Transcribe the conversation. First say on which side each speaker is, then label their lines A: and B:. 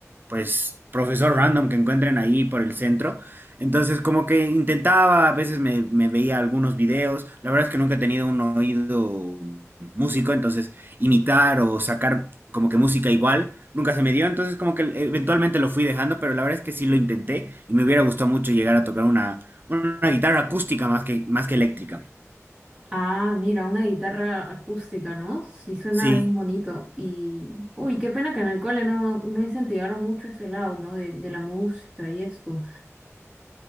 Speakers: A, on the right; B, on the right.
A: pues, profesor random que encuentren ahí por el centro. Entonces como que intentaba, a veces me, me veía algunos videos. La verdad es que nunca he tenido un oído músico, entonces imitar o sacar como que música igual nunca se me dio. Entonces como que eventualmente lo fui dejando, pero la verdad es que sí lo intenté y me hubiera gustado mucho llegar a tocar una, una guitarra acústica más que, más que eléctrica.
B: Ah, mira, una guitarra acústica, ¿no? Sí, suena
A: Sí,
B: bien bonito. Y, uy, qué pena que en el cole no, no incentivaron mucho ese lado, ¿no? De, de la música y esto.